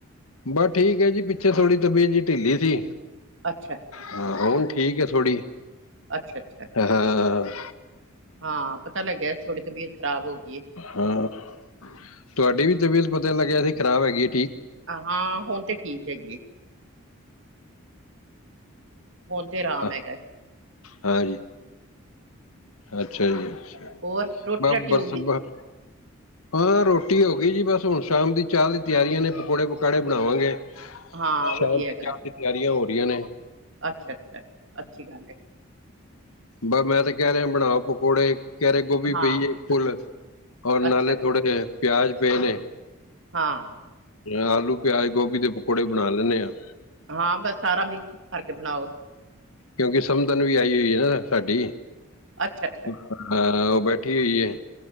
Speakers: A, on the left; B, on the right.
A: ਬਸ ਠੀਕ ਹੈ ਜੀ, ਪਿੱਛੇ ਥੋੜ੍ਹੀ ਤਬੀਅਤ ਜਹੀ ਢਿੱਲੀ ਸੀ।
B: ਅੱਛਾ
A: ਹਾਂ ਹੁਣ ਠੀਕ ਐ ਥੋੜ੍ਹੀ
B: ਅੱਛਾ ਅੱਛਾ
A: ਹ ਹ ਹ।
B: ਹਾਂ ਪਤਾ ਲੱਗਿਆ ਥੋੜ੍ਹੀ ਤਬੀਅਤ ਖਰਾਬ ਹੋ ਗਈਏ।
A: ਹਾਂ, ਤੁਹਾਡੀ ਵੀ ਤਬੀਅਤ ਪਤਾ ਲੱਗਿਆ ਸੀ ਖ਼ਰਾਬ ਹੈਗੀ ਏ।
B: ਹਾਂ ਹੁਣ ਤੇ ਠੀਕ ਹੈਗੀ ਏ। ਹੁਣ ਤੇ ਆਰਾਮ
A: ਹਾਂ
B: ਹੈਗਾ ਹੈ।
A: ਹਾਂਜੀ। ਅੱਛਾ ਜੀ ਅੱਛਾ
B: ਹੋਰ ਰੋਟੀ ਰਾਟੀ
A: ਬਸ
B: ਹੋ ਗਈ
A: ਬਰਸ ਹਾਂ ਰੋਟੀ ਹੋ ਗਈ ਜੀ ਬਸ ਹੁਣ ਸ਼ਾਮ ਦੀ ਚਾਹ ਦੀ ਤਿਆਰੀਆਂ ਨੇ ਪਕੌੜੇ, ਪਕੌੜੇ ਬਣਾਵਾਂਗੇ।
B: ਹਾਂ
A: ਸ਼ਾਮ
B: ਵਧੀਆ
A: ਦੀ
B: ਹੈਗਾ
A: ਚਾਹ
B: ਹੈ।
A: ਦੀ ਤਿਆਰੀਆਂ ਹੋ ਰਹੀਆਂ ਨੇ
B: ਅੱਛਾ, ਅੱਛਾ ਅੱਛੀ ਗੱਲ ਹੈ।
A: ਬਸ ਮੈਂ ਤੇ ਕਹਿ ਰਿਹਾ ਬਣਾਓ ਪਕੌੜੇ ਕਹਿ ਰਹੇ ਨੇ ਗੋਭੀ
B: ਹਾਂ
A: ਪਈਏ ਇੱਕ ਫੁੱਲ ਔਰ ਨਾਲੇ
B: ਅੱਛਾ
A: ਥੋੜੇ ਪਿਆਜ ਪਏ ਨੇ
B: ਹਾਂ।
A: ਆਲੂ, ਪਿਆਜ, ਗੋਭੀ ਦੇ ਪਕੌੜੇ ਬਣਾ ਲੈਂਦੇ ਆ।
B: ਹਾਂ ਬਸ ਸਾਰਾ ਮਿਕਸ ਕਰਕੇ ਬਣਾਓ
A: ਕਿਉਂਕਿ ਸਮਦਨ ਵੀ ਆਈ ਹੋਈ ਹੈ ਨਾ ਸਾਡੀ,
B: ਅੱਛਾ ਅੱਛਾ
A: ਹਾਂ ਉਹ ਬੈਠੀ ਹੋਈ
B: ਠੀਕ
A: ਹੈ।